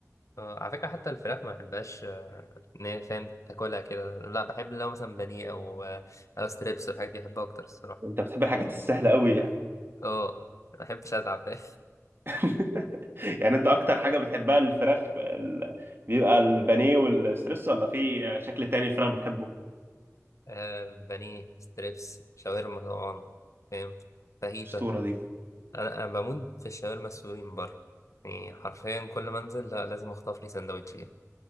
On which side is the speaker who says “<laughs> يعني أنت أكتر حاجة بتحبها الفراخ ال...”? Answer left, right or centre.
Right